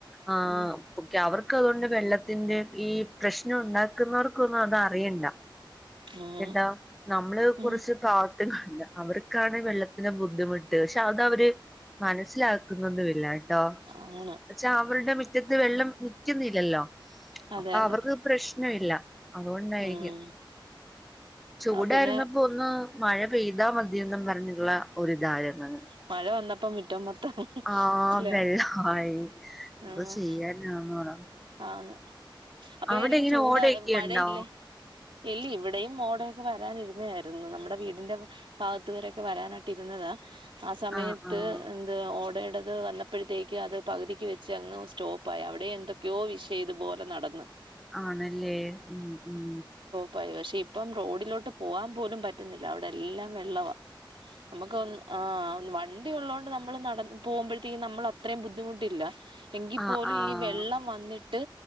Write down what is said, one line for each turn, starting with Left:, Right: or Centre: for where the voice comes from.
Centre: ആഹ്
Right: ഉം
Centre: ക്കെ അവർക്ക് അതുകൊണ്ട് വെള്ളത്തിന്റെ ഈ പ്രശ്നം ഉണ്ടാക്കുന്നവർക്കൊന്നും അത് അറിയണ്ട
Right: ഉം
Centre: എന്താ നമ്മള് കുറച്ച്
Right: ഉം
Centre: പാ അവർക്കാണ് വെള്ളത്തിന്റെ ബുദ്ധിമുട്ട് പക്ഷെ അത അവര് മനസ്സിലാക്ക ക്കുന്നൊന്നുമില്ല കേട്ടോ
Right: അങ്ങനെ
Centre: പക്ഷെ അവരുടെ മുറ്റത്ത് വെള്ളം നിക്കുന്നില്ലല്ലോ
Right: അതെ
Centre: അപ്പൊ
Right: അതെ
Centre: അവർക്ക് പ്രശ്നമില്ല അതുകൊണ്ടായിരിക്കും
Right: ഉം
Centre: ചൂടായിരുന്നപ്പോ
Right: ആ പിന്നെ
Centre: ഒന്ന് മഴ പെയ്താ മതിയെന്നും പറഞ്ഞിട്ടുള്ള ഒരിതായിരുന്നു
Right: മഴ വന്നപ്പം മിറ്റോ മൊത്തം
Centre: ആഹ്
Right: <inaudible> ല്ലെ
Centre: വെള്ളായി എന്തോ
Right: ആഹ്
Centre: ചെയ്യാനാന്ന് പറ
Right: ആന്ന് അപ്പൊ
Centre: അവിടെ
Right: വിചാരിക്കും
Centre: ഇങ്ങനെ
Right: ചൂടാ
Centre: ഓടയൊക്കെ
Right: മഴയില്ലേ
Centre: ഉണ്ടോ
Right: ഇല്ല ഇവിടെയും ഓടൊയൊക്കെ വരാനിരുന്ന ആയിരുന്നു നമ്മുടെ വീടിന്റെ ഭാഗത്ത് വരൊ യൊക്കെ വരാനായിട്ട് ഇരുന്നതാ ആ സമയത്ത്
Centre: ആഹ് ആഹ്
Right: എന്ത് ഓടയിടത് വന്നപ്പോഴത്തേക്ക് അത് പകുതിക്ക് വച്ച് അങ്ങ് സ്റ്റോപ്പായി അവിടെയും എന്തൊക്കെ യോ വിഷയം ഇതുപോലെ നടന്ന്
Centre: ആണല്ലേ ഉം ഉം
Right: പോയി പക്ഷെ ഇപ്പം റോഡിലോട്ട് പോവാൻ പോലും പറ്റുന്നില്ല അവിടെ എല്ലാം വെള്ളവാ നമുക്ക് അതൊന്ന് ആഹ് ഒന്ന് വണ്ടി ഉള്ളതോണ്ട് നമ്മള് നട പോകുമ്പഴത്തേക്കും നമ്മൾ അത്രേം ബുദ്ധിമുട്ടില്ല എങ്കിപ്പോലും
Centre: ആഹ് ആഹ്
Right: ഈ വെള്ളം വന്നിട്ട്